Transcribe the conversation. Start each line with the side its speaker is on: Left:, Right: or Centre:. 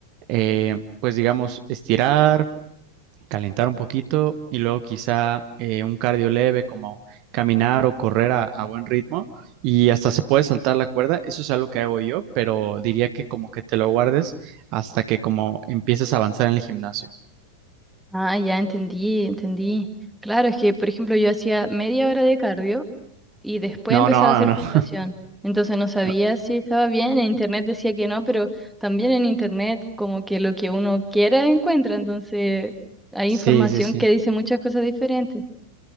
Right: eh, pues digamos, estirar, calentar un poquito y luego quizá eh, un cardio leve como caminar o correr a, a buen ritmo y hasta se puede saltar la cuerda. Eso es algo que hago yo, pero diría que como que te lo guardes hasta que como empieces a avanzar en el gimnasio.
Centre: Ah, ya entendí, entendí. Claro, es que, por ejemplo, yo hacía media hora de cardio y después
Right: No,
Centre: empezaba
Right: no,
Centre: a hacer
Right: no,
Centre: musculación.
Right: no.
Centre: Entonces no
Right: <laughs>
Centre: sabía si estaba bien, en internet decía que no, pero también en internet como que lo que uno quiera encuentra, entonces hay
Right: Sí,
Centre: información
Right: sí, sí.
Centre: que dice muchas cosas diferentes.